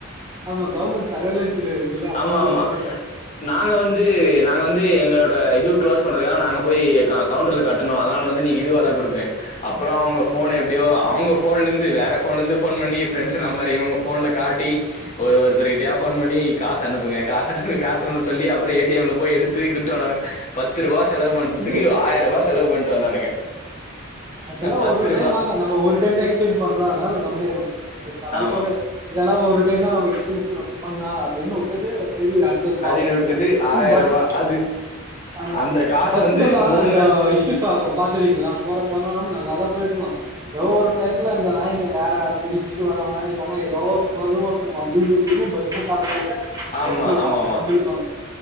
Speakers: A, on the right; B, on the left.
A: ஆமா கவர்மெண்ட் சர்வேலன்ஸ்ல இருக்குல்ல
B: ஆமா
A: அதனால
B: ஆமா
A: தரமாட்டார்
B: நாங்க வந்து நாங்க வந்து எங்க எங்களோட இது க்ளோஸ் பண்றதுக்காக நாங்க போய் க கவுண்டர்ல கட்டணு அதனால வந்து நீங்க இதுவாதா குடுப்பே அப்பற போன் எப்படியோ அவங்க போன்லருந்து வேற போன்லருந்து போன் பண்ணி ஃபிரண்ட்ஸ் நம்பர் இவங்க போன்ல காட்டி ஒரு ஒரு ஒருத்தர்கிட்டயா போன் பண்ணி காசு அனுப்புங்க காச அனு காசு அனுன்ன சொல்லி அப்புறம் ஏ டி எம்ல போய் எடுத்து குட்டு வந்தானுங்க பத்து ரூபா செலவு பண்றதுக்கு
A: இது
B: ஆயிரூபா செலவு பண்ணிட்டு வந்தானுங்க
A: அதெல்லா
B: பத்து
A: ஒரு ஒரு
B: ரூபா
A: டைம் ஆக நம்ம ஒரு டைம் தா எக்ஸ்பிளைன் பண்றோ அதனால கம்முனு இருக்கோ சரி பரவால
B: ஆமா
A: பண்ணு இதெல்லா ஒரு டைம் தா நம்ம எக்ஸ்பீரியன்ஸ் பண்ணா அப்படின்னு விட்டது சரி அடுத்தது
B: அப்டின்னு
A: பாக்க வேண்டியதுதா
B: விட்டது
A: இந்த
B: ஆயரூபா
A: பஸ்சு
B: அது
A: ஆமா
B: அந்த காசு
A: பஸ்லல்லா
B: வந்து மூணு
A: இந்த
B: நாள்
A: இஷூஸ் ஆகு பாத்துக்கீங்களா போற போல நல்லாதா போயிடுவா ஏதோ ஒரு டைத்துல இந்த நாய்ங்க வேற குடிச்சுட்டு வரவ இல்லன்னா ஏதோ சுமாவே ஒருத்த வம்பு இழுக்கிறதுக்குனே பஸ்ல கரெக்டா
B: ஆமா
A: பஸ்ல
B: ஆமா
A: வ
B: ஆமா
A: வம்பிலுப்பாங்க